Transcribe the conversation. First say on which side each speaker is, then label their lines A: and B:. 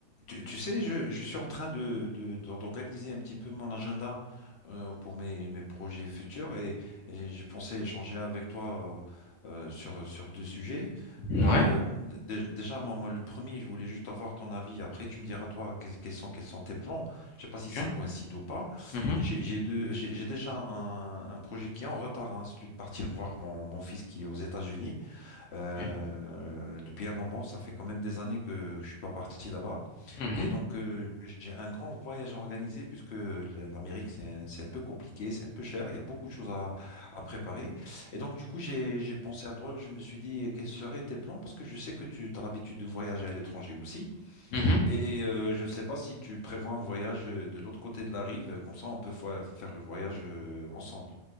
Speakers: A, on the left (about 65°); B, on the left (about 80°).
A: Tu, tu sais, je, je suis en train de, de- de- d'organiser un petit peu mon agenda euh, pour mes, mes projets futurs et, et j'ai pensé échanger avec toi euh, euh, sur, sur deux sujets.
B: Ouais,
A: Euh, dé- déjà, moi, moi, le premier, je voulais juste avoir ton avis. Après, tu me diras, toi, qu'est- quels sont, quels sont tes plans. Je sais pas
B: ok.
A: si ça coïncide ou pas.
B: mhm,
A: J'ai j'ai deux- j'ai- j'ai déjà un, un projet qui est en retard, hein, celui de partir voir mon, mon fils qui est aux États-Unis. Euh,
B: ok,
A: depuis un moment, ça fait quand même des années que, que je suis pas parti là-bas.
B: mhm,
A: Et donc, euh, j'ai un grand voyage à organiser puisque le- l'Amérique, c'est un, c'est un peu compliqué, c'est un peu cher, il y a beaucoup de choses à, à préparer. Et donc, du coup, j'ai, j'ai pensé à toi, je me suis dit, euh, quels seraient tes plans? Parce que je sais que tu as l'habitude de voyager à l'étranger aussi.
B: mhm,
A: Et euh, je ne sais pas si tu prévois un voyage euh, de l'autre côté de la rive, comme ça, on peut fa- faire le voyage euh, ensemble.